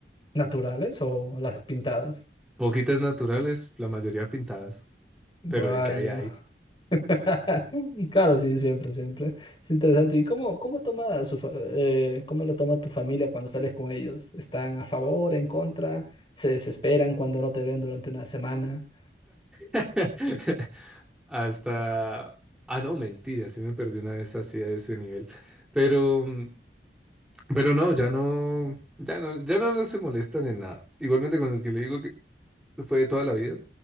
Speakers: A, on the left; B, in the centre.
A: ¿Naturales o las pintadas?
B: poquitas naturales, la mayoría pintadas,
A: Vaya.
B: pero de que hay hay.
A: <laughs> Claro, sí, siempre, siempre. Es interesante. ¿Y cómo, cómo toma su fa- eh, cómo lo toma tu familia cuando sales con ellos? ¿Están a favor, en contra? ¿Se desesperan cuando no te ven durante una semana?
B: <laughs> Hasta... Ah, no, mentira, sí me perdí una vez así a ese nivel. Pero, mm, pero no, ya no, ya no, ya no, no se molestan en nada. Igualmente con el que le digo que fue de toda la vida.